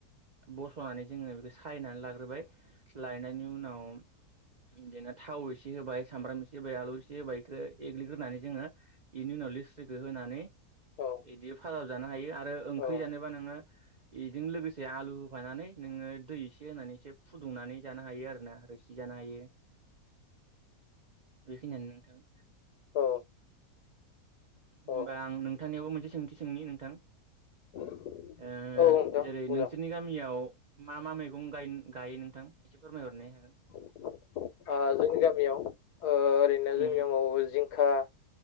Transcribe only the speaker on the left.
औ
औ
औ
औ
<unintelligible>
औ नोंथां
मोजां
<unintelligible> ओ जोंनि गामियाव ओरैनो
जोंनि गामियाव जिंखा